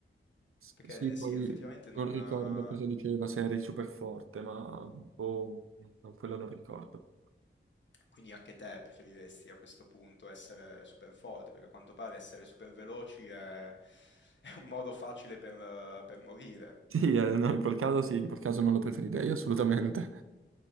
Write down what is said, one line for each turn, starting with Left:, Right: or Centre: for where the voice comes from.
Right: S-
Left: perché
Right: Sì, poi
Left: sì, effettivamente non...
Right: non ricordo
Left: eh,
Right: cosa diceva, se eri super forte, ma boh, no, quello non ricordo.
Left: Quindi anche te preferiresti a questo punto essere super forte, perché a quanto pare essere super veloci è, è un modo facile per, eh, per morire.
Right: Sì, eh, no, in quel caso sì, in quel caso non lo preferirei assolutamente.